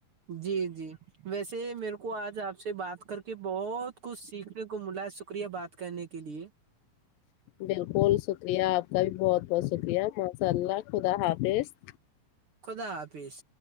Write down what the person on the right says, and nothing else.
جی جی ویسے میرے کو آج آپ سے بات کر کے بہت کچھ سیکھنے کو ملا شکریہ بات کرنے کے لیے
خدا حافظ